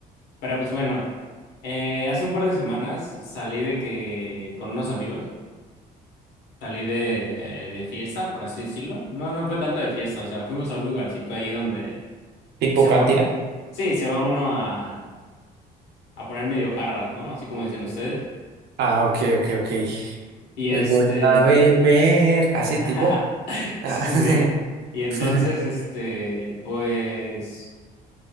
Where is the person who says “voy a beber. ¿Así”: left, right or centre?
Right